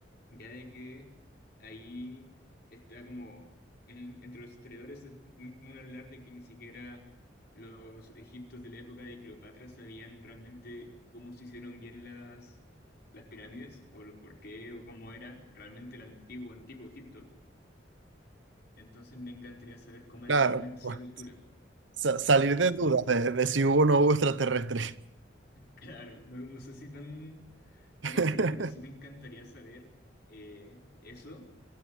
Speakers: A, on the left (about 60°); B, on the right (about 80°).
A: ya de que ahí está como, en- entre los historiadores es muy común hablar de que ni siquiera los egiptos de la época de Cleopatra sabían realmente cómo se hicieron bien las, las pirámides, o los por qué, o cómo era realmente el antiguo, antiguo Egipto. Entonces me encantaría saber cómo era
B: Claro,
A: realmente
B: pues,
A: esa cultura,
B: sa- salir
A: tanto
B: de dudas de, de si hubo o no hubo extraterrestres.
A: Claro, no, no sé si tan, tan
B: <laughs>
A: así, pero sí me encantaría saber eh, eso,